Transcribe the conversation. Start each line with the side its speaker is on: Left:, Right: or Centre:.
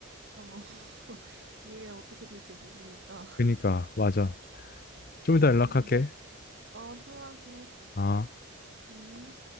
Right: 어, <laughs> 미래 어떻게 될지 모르니까 <laughs>
Left: 그러니까, 맞아. 좀 이따 연락할게.
Right: 찾아보고. 어, 좋아, 그래.
Left: 아.
Right: 음.